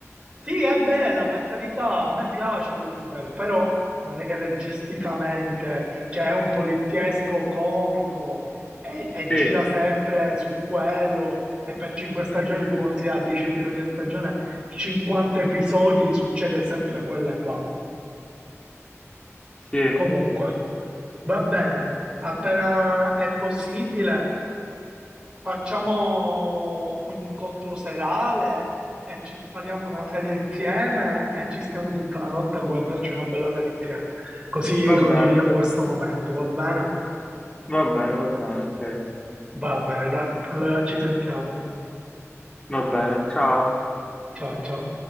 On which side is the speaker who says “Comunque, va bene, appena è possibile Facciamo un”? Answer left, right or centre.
Right